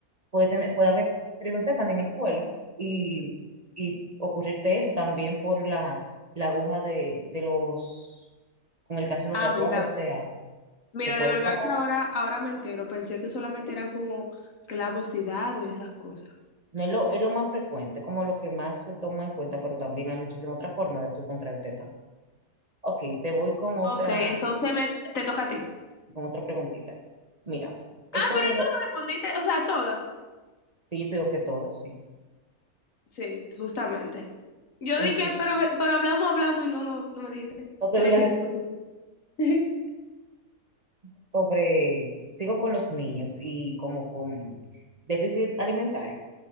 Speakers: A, on the right; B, on the left.
A: puede tener, puede haber escrito un tétano en el suelo y, y ocurrirte eso también por la, la aguja de, de los, con el que hacen los
B: Ah,
A: tatuajes.
B: mira.
A: O sea,
B: Mira,
A: recuerda
B: de verdad
A: esa parte.
B: que ahora, ahora me entero. Pensé que solamente era como clavos y dados y esas cosas.
A: No es lo, es lo más frecuente, como lo que más se toma en cuenta, pero también hay muchísimas otras formas de tú contraer tétano. Ok, te voy con otra,
B: Ok, entonces me, te toca a ti.
A: con otra preguntita. Mira, es
B: Ah,
A: sobre
B: pero
A: lo,
B: tú no me respondiste, o sea, todas.
A: sí, yo te digo que todas, sí.
B: Sí, justamente. Yo
A: Entonces,
B: dije, pero, ve- pero hablamos, hablamos y no, no, no me dijiste.
A: no te
B: Pero
A: dirás
B: sí. tú- tú- tú. <laughs>
A: sobre, sigo con los niños y como con déficit alimentario,